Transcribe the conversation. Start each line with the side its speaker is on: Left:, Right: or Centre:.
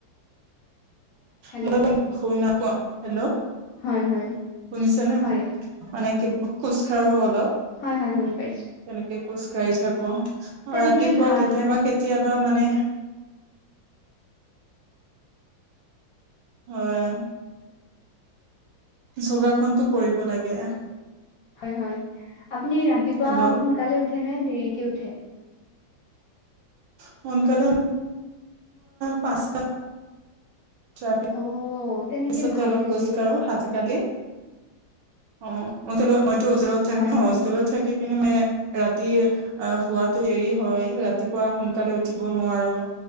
Left: হেল্ল'
Right: মই শ নক <unintelligible> হেল্ল',
Left: হয় হয়
Right: শুনিছেনে
Left: হয়
Right: মানে কি খোজ কাঢ়ো অলপ।
Left: হয় হয় শুনি পাইছো
Right: তেনেকে খোজ কাঢ়ি থাকো আৰু
Left: তেনেকে
Right: ৰাতিপুৱা
Left: ভাল
Right: কেতিয়াবা
Left: মানে
Right: কেতিয়াবা মানে <inaudible> হয়। যোগাসনতো কৰিব লাগে।
Left: হয় হয়। আপুনি ৰাতিপুৱা
Right: হেল্ল'
Left: সোনকালে উঠে নে দেৰিকে উঠে?
Right: সোনকালে পাঁচটা তপি <unintelligible>
Left: অ তেনেকে
Right: পিছতে
Left: ভালেই
Right: অলপ খোজ
Left: দেই
Right: কাঢ়ো আজিকালি। অ হোটেলত মইটো হোষ্টেলত থাকো।
Left: হয় হয়
Right: হোষ্টেলত থাকি পিনে ম ৰাতি আহ শোৱাতো দেৰি হয়, ৰাতিপুৱা সোনকালে উঠিব নোৱাৰো।